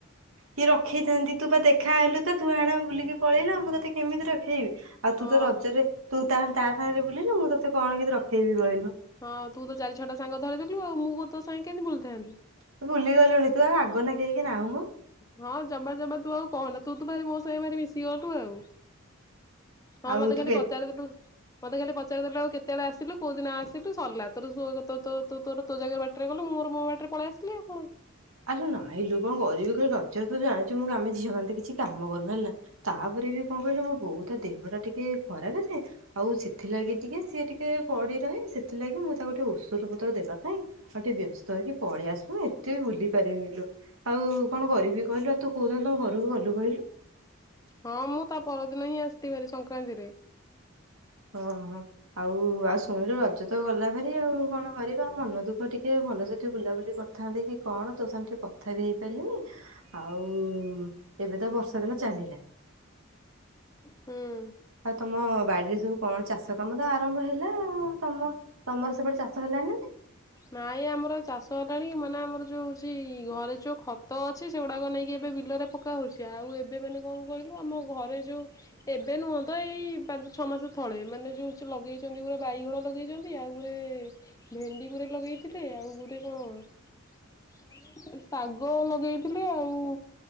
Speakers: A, on the right; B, on the left.
A: କି ରଖେଇଥାନ୍ତି ତୁ ବା ଦେଖା ହେଲୁ ତ ତୁ ଆଣ ବୁଲିକି ପଳେଇଲୁ ମୁଁ ତତେ କେମିତି ରଖେଇବି? ଆଉ
B: ହଁ
A: ତୁ ତ ରଜେରେ ତୁ ତାହାଲି ତା ସାଙ୍ଗେରେ ବୁଲିଲୁ ମୁଁ ତତେ କଣ କିନ୍ତି ରଖେଇବି କଇଲୁ।
B: ହଁ ତୁ ତ ଚାରି ଛଅଟା ସାଙ୍ଗ ଧରିଦେଲୁ ଆଉ ମୁଁ କଁ ତୋ ସାଙ୍ଗେ କେନ୍ତି ବୁଲିଥାନ୍ତି?
A: ତୁ ଭୁଲି ଗଲୁଣି ତୁ ଆଉ ଆଗ ନାକେ ହେଇକି ନାହୁଁ ପା।
B: ହଁ ଜମା ଜମା ତୁ ଆଉ କହନା ତୁ ତୁ ଭାରି ମୋ ସାଙ୍ଗେ ଭାରି ମିଶିଗଲୁ ଆଉ। ହଁ
A: ଆଉ
B: ମତେ
A: ତୁ
B: ଖାଲି ପଚାରିଦେଲୁ ମତେ ଖାଲି ପଚାରି ଦେଲୁ ଆଉ କେତେବେଳେ ଆସିଲୁ କୋଉ ଦିନ ଆସିଲୁ ସରଲା ତୋର ସୁଆଗ ତୋ ତୋ ତୁ ତୋର ତୋ ଜାଗା ବାଟରେ ଗଲୁ ମୋର ମୋ ବାଟରେ ପଳେଇ ଆସିଲି ଆଉ କଣ।
A: ଆଲୋ ନାଇଁ ଲୋ କଁ କରିବି କହ ରଜରେ ତୁ ଜାଣିଚୁ ମୁଁ ଆମେ ଝିଅମାନେ କିଛି କାମ କରୁନୁ ହେଲା। ତାପରେ ବି କଁ କହିଲୁ ମୋ ବୋଉ ତା ଦେହଟା ଟିକେ ଖରାପେ ଯେ ଆଉ ସେଥିଲାଗି ଟିକେ ସିଏ ଟିକେ ପଡି ରହେ ସେଥିଲାଗି ମୁଁ ତାକୁ ଟିକେ ଓଷଦ ପତ୍ର ଦେବା ପାଇଁ ଆଉ ଟିକେ ବ୍ୟସ୍ତ ହେଇକି ପଳି ଆସିଲୁ ଏତେ ବି ବୁଲିି ପାରିବିନି ଲୋ ଆଉ କଣ କରିବି କହିଲୁ ଆଉ ତୁ କୋଉ ଦିନ ତମ ଘରକୁ ଗଲୁ କହିଲୁ?
B: ହଁ ମୁଁ ତା ପରଦିନ ହିଁ ଆସିତି ଭାରି ସଂକ୍ରାନ୍ତିରେ।
A: ଓହୋ। ଆଉ ଆଉ ଷୋଳରେ ରଜ ତ ଗଲା ଭାର ଆଉ କଣ କରିବା ମନ ଦୁଃଖ ଟିକେ ଭଲସେ ଟିକେ ବୁଲାବୁଲି କ ଥାନ୍ତି କି କଣ ତୋ ସାଙ୍ଗ ଟିକେ କଥା ବି ହେଇପାରିଲିନି ଆଉ ଏବେ ତ ବର୍ଷା ଦିନ ଚାଲିଲା
B: ହୁଁ
A: ଆଉ ତମ ବାଡିରେ ସବୁ କଣ ଚାଷ କାମ ତ ଆରମ୍ଭ ହେଲା ଆଉ ତମ ତମର ସେପଟେ ଚାଷ ହେଲାଣିି ନା ନାଇଁ।
B: ନାଇଁ ଆମର ଚାଷ ହେଲାଣି ମାନେ ଆମର ଯୋଉ ହଉଚି ଘରେ ଯୋଉ ଖତ ଅଛି ସେଗୁଡାକ ନେଇକି ଏବେ ବିଲେରେ ପକା ହଉଚି ଆଉ ଏବେ ବେଲେ କଁ କଇଲୁ ଆମ ଘରେ ଯୋଉ ଏବେ ନୁହଁ ତ ଏଇ ପାଞ୍ଚ ଛଅ ମାସେ ତଳେ ମାନେ ଯୋଉ ଚୁ ଲଗେଇଚନ୍ତି ଗୁରେ ବାଇଗଣ ଲଗେଇଚନ୍ତି ଆଉ ଗୁରେ ଭେଣ୍ଡି ଗୁରେ ଲଗେଇଥିଲେ ଆଉ ଗୁରେ କଣ ଶାଗ ଲଗେଇଥିଲି ଆଉ